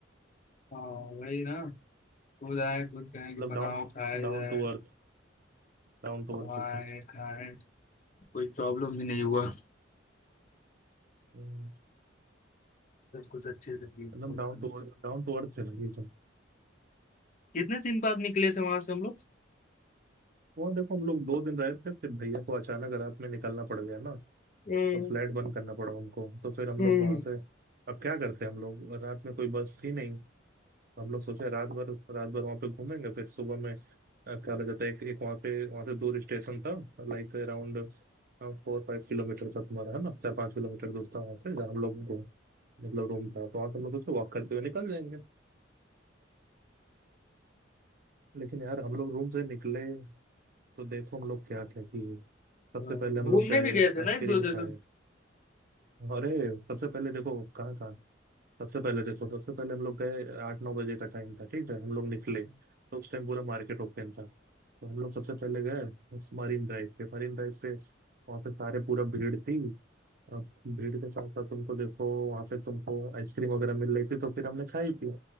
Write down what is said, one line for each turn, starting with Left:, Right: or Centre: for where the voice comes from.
Left: हाँ वही ना खुद आए खुद कहें कि
Right: मतलब
Left: बनाओ
Right: down
Left: खाया
Right: down
Left: जाए
Right: to earth down to
Left: बनवाए
Right: earth एकदम
Left: खाएं कोई प्रॉब्लम भी नहीं हुआ
Right: हम्म,
Left: सब कुछ अच्छे से बीत
Right: एकदम
Left: गया।
Right: down to earth down to earth है भाई एकदम
Left: कितने दिन बाद निकले थे वहां से हम लोग
Right: वहाँ देखो हम लोग दो दिन रहे थे फिर भैया को अचानक रात में निकलना पड़ गया ना
Left: हम्म,
Right: तो फ्लैट बंद करना पड़ा उनको तो फिर हम
Left: हम्म।
Right: लोग वहां से अब क्या करते हैं हम लोग रात में कोई बस थी नहीं हम लोग सोचे रात भर रात भर वहां पे घूमेंगे फिर सुबह में अ, क्या हो जाता है एक, एक वहां पे वहां से दूर स्टेशन था लाइक अराउंड फोर फाइव किलोमीटर था तुम्हारा है ना चार पाँच किलोमीटर दूर था वहां से जहाँ हम लोग को मतलब रूम था तो वहां से हम लोग सोचे वॉक करते हुए निकल जाएंगे लेकिन यार हम लोग रूम से निकले तो देखो हम लोग क्या क्या किए सबसे
Left: हाँ,
Right: पहले हम
Left: घूमने
Right: लोग गए
Left: भी गए थे
Right: आइसक्रीम
Left: ना एक दो जगह
Right: खाए अरे सबसे पहले देखो कहाँ कहाँ सबसे पहले देखो सबसे पहले हम लोग गए आठ नौ बजे का टाइम था ठीक है हम लोग निकले तो उस टाइम पूरा मार्केट ओपन था तो हम लोग सबसे पहले गए मरीन ड्राइव पे मरीन ड्राइव पे वहाँ पे सारे पूरा भीड़ थी अब भीड़ के साथ साथ तुमको देखो वहाँ पे तुमको आइसक्रीम वगैरह मिल रही थी तो फिर हमने खाई थी